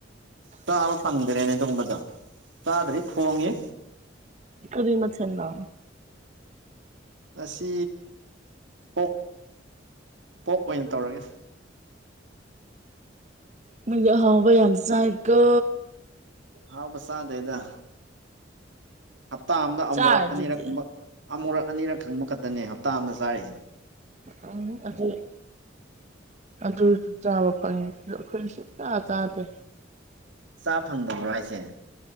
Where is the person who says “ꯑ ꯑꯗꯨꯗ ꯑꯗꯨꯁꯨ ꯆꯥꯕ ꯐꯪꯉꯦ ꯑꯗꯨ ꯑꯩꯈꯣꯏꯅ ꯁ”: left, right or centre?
Right